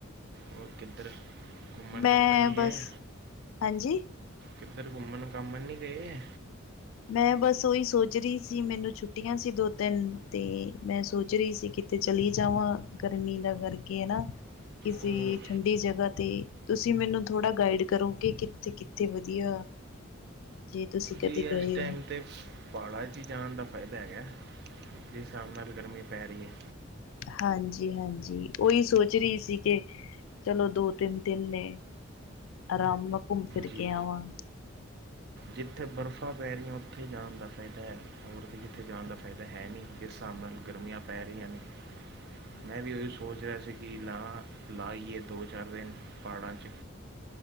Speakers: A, on the right; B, on the left.
A: ਹੋਰ ਕਿੱਧਰ? ਘੁੰਮਣ-
B: ਮੈਂ
A: ਘਾਮਣ ਨੀ ਗਏ,
B: ਬਸ ਹਾਂਜੀ
A: ਕਿੱਧਰ -ਘੁੰਮਣ ਘਾਮਣ ਨੀ ਗਏ।
B: ਮੈਂ ਬਸ ਉਹੀ ਸੋਚ ਰਹੀ ਸੀ ਮੈਨੂੰ ਛੁੱਟੀਆਂ ਸੀ ਦੋ -ਤਿੰਨ, ਤੇ ਮੈਂ ਸੋਚ ਰਹੀ ਸੀ ਕਿ ਕਿਤੇ ਚਲੀ ਜਾਵਾਂ, ਗਰਮੀ ਦਾ ਕਰਕੇ ਹੈਨਾ। ਕਿਸੇ
A: ਉਹ
B: ਠੰਡੀ ਜਗ੍ਹਾ ਤੇ। ਤੁਸੀਂ ਮੈਨੂੰ ਥੋੜਾ ਗਾਈਡ ਕਰੋ ਕਿ ਕਿੱਥੇ- ਕਿੱਥੇ ਵਧੀਆ, ਜੇ ਤੁਸੀਂ ਕਦੇ
A: ਜੀ ਇਸ
B: ਗਏ
A: ਟਾਈਮ
B: ਹੋ
A: ਤੇ, ਪਹਾੜਾਂ ਚ' ਹੀ ਜਾਣ ਦਾ ਫਾਇਦਾ ਹੈਗਾ। ਜਿਸ ਹਿਸਾਬ ਨਾਲ ਗਰਮੀ ਪੈ ਰਹੀ ਹੈ।
B: ਹਾਂਜੀ- ਹਾਂਜੀ। ਉਹੀ ਸੋਚ ਰਹੀ ਸੀ ਕਿ ਚਲੋ ਦੋ- ਤਿੰਨ ਦਿਨ ਨੇ ਆਰਾਮ ਨਾਲ ਘੁੰਮ ਫਿਰ
A: ਜੀ
B: ਕੇ ਆਵਾਂ।
A: ਜਿੱਥੇ ਬਰਫ਼ਾਂ ਪੈ ਰਹੀਆਂ ਉੱਥੇ ਜਾਣ ਦਾ ਫਾਇਦਾ ਹੈ ਔਰ ਤੇ ਕਿੱਥੇ ਜਾਣ ਦਾ ਫਾਇਦਾ ਹੈ ਨਹੀਂ। ਜਿਸ ਹਿਸਾਬ ਨਾਲ ਗਰਮੀਆਂ ਪੈ ਰਹੀਆਂ ਨੇ।
B: <inaudible>
A: ਮੈਂ ਵੀ ਉਹੀ ਸੋਚ ਰਿਹਾ ਸੀ ਕਿ ਲਾ- ਲਾਆਇਯੇ ਦੋ -ਚਾਰ ਦਿਨ ਪਹਾੜਾਂ 'ਚ।